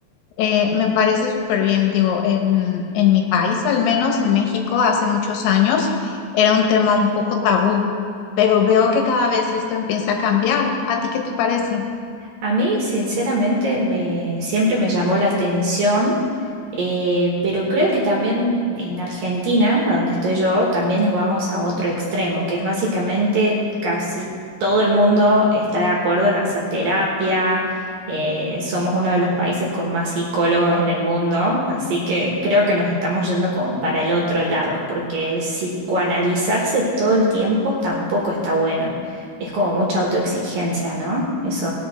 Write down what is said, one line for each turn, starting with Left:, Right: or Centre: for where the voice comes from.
Left: Eh, me parece súper bien, digo, en, en mi país, al menos en México, hace muchos años era un tema un poco tabú, pero veo que cada vez esto empieza a cambiar. ¿A ti qué te parece?
Right: A mí, sinceramente, me, siempre me llamó la atención, eh, pero creo que también en Argentina, a donde estoy yo, también nos vamos a otro extremo, que es básicamente casi todo el mundo está de acuerdo en hacer terapia, eh, somos uno de los países con más psicólogos en el mundo, así que creo que nos estamos yendo como para el otro lado, porque psicoanalizarse todo el tiempo tampoco está bueno es como mucha autoexigencia, ¿no? Eso,